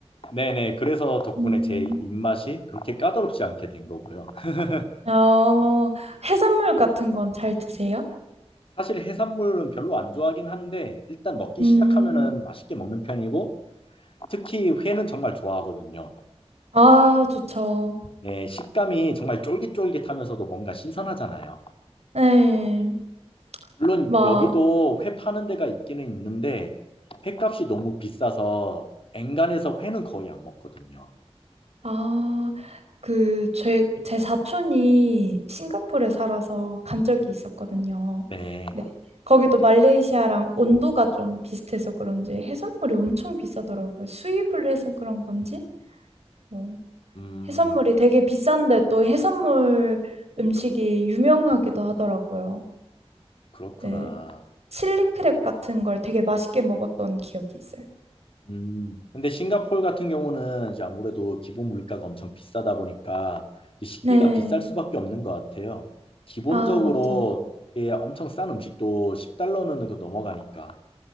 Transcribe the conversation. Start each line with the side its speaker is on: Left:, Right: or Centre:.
Left: 네네. 그래서 덕분에
Right: 음,
Left: 제 입맛이 그렇게 까다롭지 않게 된 거고요. <laughs>
Right: 어, 해산물 같은 건 잘 드세요?
Left: 사실 해산물은 별로 안 좋아하긴 한데 일단 먹기
Right: 음,
Left: 시작하면은 맛있게 먹는 편이고 특히 회는 정말 좋아하거든요.
Right: 아, 좋죠.
Left: 네, 식감이 정말 쫄깃쫄깃하면서도 뭔가 신선하잖아요.
Right: 네.
Left: 물론
Right: 막,
Left: 여기도 회 파는 데가 있기는 있는데 회값이 너무 비싸서 엔간해서 회는 거의 안 먹거든요.
Right: 아, 그, 제, 제 사촌이 싱가포르에 살아서 간 적이 있었거든요.
Left: 네.
Right: 네. 거기도 말레이시아랑 온도가 좀 비슷해서 그런지 해산물이 엄청 비싸더라고요. 수입을 해서 그런 건지? 뭐,
Left: 음,
Right: 해산물이 되게 비싼데 또 해산물 음식이 유명하기도 하더라고요.
Left: 그렇구나.
Right: 네. 칠리 크랩 같은 걸 되게 맛있게 먹었던 기억이 있어요.
Left: 음, 근데 싱가포르 같은 경우는 이제 아무래도 기본 물가가 엄청 비싸다 보니까 이제 식비가
Right: 네.
Left: 비쌀 수밖에 없는 것 같아요. 기본적으로
Right: 아, 맞죠.
Left: 예, 엄청 싼 음식도 10달러는 그 넘어가니까.